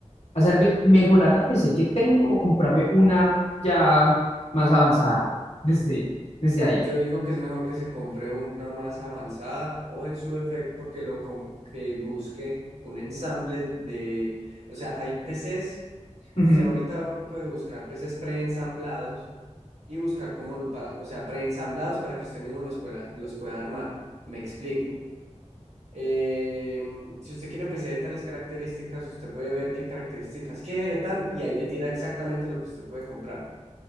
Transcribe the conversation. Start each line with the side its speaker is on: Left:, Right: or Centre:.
Left: hacerme mejorar la PC que tengo o comprarme una ya más avanzada desde, desde ahí.
Right: Yo digo que es mejor que se compre una más avanzada o en su defecto que lo com- que busque un ensamble de, o sea, hay PCs, o
Left: Ujú,
Right: sea, ahorita puede buscar PCs preensamblados y buscar cómo lo para, o sea, preensamblados para que usted mismo los pueda, los pueda armar. Me explico. Eh, si usted quiere empezar de tales características, usted puede ver qué características quiere, tal, y ahí le tira exactamente lo que usted puede comprar.